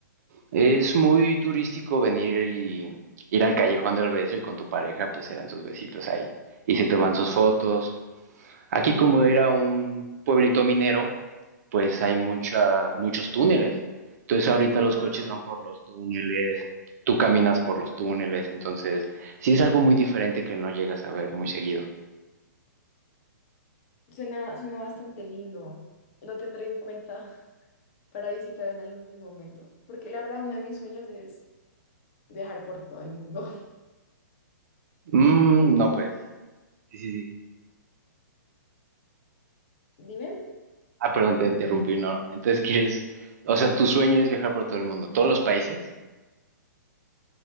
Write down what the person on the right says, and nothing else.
es muy turístico venir y ir al callejón del beso y con tu pareja pues se dan sus besitos ahí y se toman sus fotos Aquí como era un pueblito minero, pues hay mucha, muchos túneles. Entonces ahorita los
coches van por los túneles, tú caminas por los túneles, entonces sí es algo muy diferente que no llegas a ver muy seguido.
Mm,
no, pues, sí, sí, sí.
Ah, perdón, te interrumpí, no. Entonces quieres, o sea, tu sueño es viajar por todo el mundo, todos los países.